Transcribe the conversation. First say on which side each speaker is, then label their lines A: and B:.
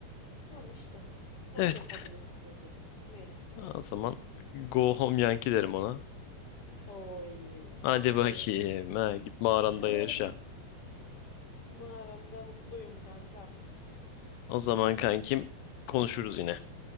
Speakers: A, on the left; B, on the left.
A: Tamam işte. Onu
B: Evet.
A: da kabul etmiyor kız. Neyse.
B: O zaman go home Yankee derim ona.
A: Oy.
B: Hadi bakayım.
A: Okay.
B: Ha, git mağaranda
A: <laughs>
B: yaşa.
A: Mağaramda mutluyum kanka.
B: O zaman kankim konuşuruz yine.